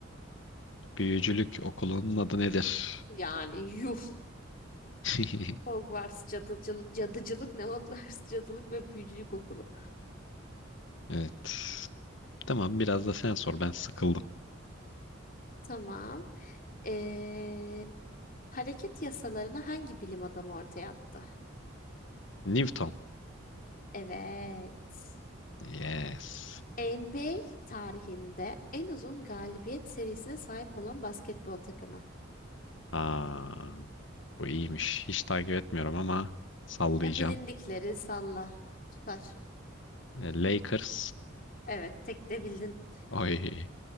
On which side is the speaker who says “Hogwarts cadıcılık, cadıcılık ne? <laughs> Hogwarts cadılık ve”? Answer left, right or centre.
Left